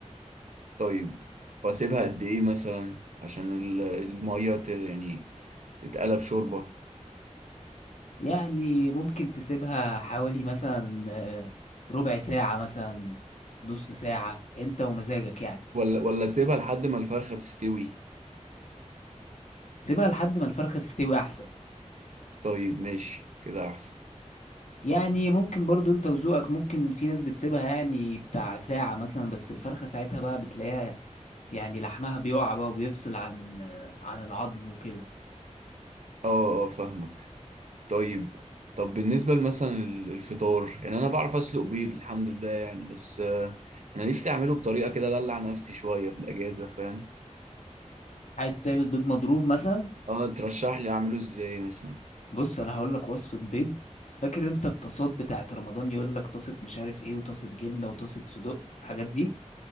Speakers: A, on the right; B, on the left.
A: طيب وأسيبها قد إيه مثلا عشان ال- المية ت- يعني تتقلب شوربة
B: يعني ممكن تسيبها حوالي مثلا آه، ربع ساعة مثلا نص ساعة انت ومزاجك يعني
A: ولا ولا أسيبها لحد ما الفرخة تستوي
B: سيبها لحد ما الفرخة تستوي احسن
A: طيب ماشي كده أحسن
B: يعني ممكن برضو انت وذوقك ممكن في ناس بتسيبها يعني بتاع ساعة مثلا بس الفرخة ساعتها بقى بتلاقيها يعني لحمها بيقع بقى وبيفصل عن آه، عن العظم وكده
A: اه اه فاهمك طيب طب بالنسبة مثلا الفطار يعني أنا بعرف أسلق بيض الحمد لله يعني بس آه، أنا نفسي أعمله بطريقة كده أدلع نفسي شوية في الأجازة فاهم
B: عايز تعمل بيض مضروب مثلا
A: أه ترشح لي أعمله إزاي مثلا
B: بص انا هقول لك وصفة بيض فاكر انت الطاسات بتاعت رمضان يقول لك طاسة مش عارف ايه وطاسة جبنة وطاسة صدق والحاجات دي